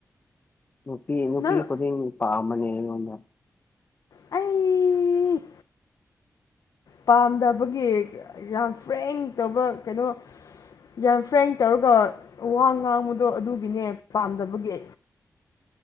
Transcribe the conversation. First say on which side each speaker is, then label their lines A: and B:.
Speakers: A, on the left; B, on the left.
A: ꯅꯨꯄꯤ ꯅꯨꯄꯤ
B: ꯅꯪ
A: ꯈꯨꯗꯤꯡ ꯄꯥꯝꯕꯅꯦ ꯑꯩꯉꯣꯟꯗ
B: ꯑꯩ ꯄꯥꯝꯗꯕꯒꯤ ꯌꯥꯝ ꯐ꯭ꯔꯦꯡ ꯇꯧꯕ ꯀꯩꯅꯣ ꯌꯥꯝ ꯐ꯭ꯔꯦꯡ ꯇꯧꯔꯒ ꯋꯥ ꯉꯥꯡꯕꯗꯣ ꯑꯗꯨꯒꯤꯅꯦ ꯄꯥꯝꯗꯕꯒꯤ